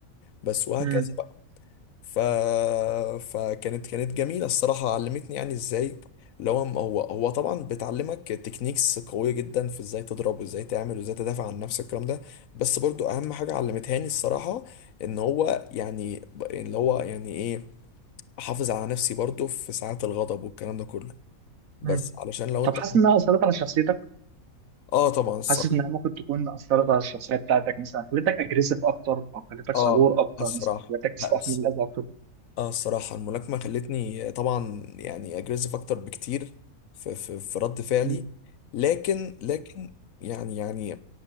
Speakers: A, on the left; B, on the right.
A: بس وهكذا
B: مم.
A: ف... فكانت كانت جميلة الصراحة علمتني يعني ازاي اللي هو هو هو طبعا بتعلمك تكنيكس قوية جدا في ازاي تضرب وازاي تعمل وازاي تدافع عن نفسك الكلام ده بس برضو اهم حاجة علمتهاني الصراحة ان هو يعني ب- اللي هو يعني ايه احافظ على نفسي برضو في ساعات الغضب والكلام ده كله بس
B: مم.
A: علشان لو
B: طب
A: انت
B: حاسس انها اثرت على شخصيتك
A: اه طبعا الصراحة
B: حاسس انها ممكن تكون اثرت على الشخصيه بتاعتك مثلا خلتك اجريسيف اكتر او خلتك
A: اه
B: صبور اكتر
A: الصراحة
B: مثلا خلتك تستحمل
A: لا
B: الاذى اكتر
A: اه الصراحة الملاكمة خلتني طبعا يعني اجريسيف اكتر بكتير في, في, في رد فعلي
B: مم.
A: لكن لكن يعني يعني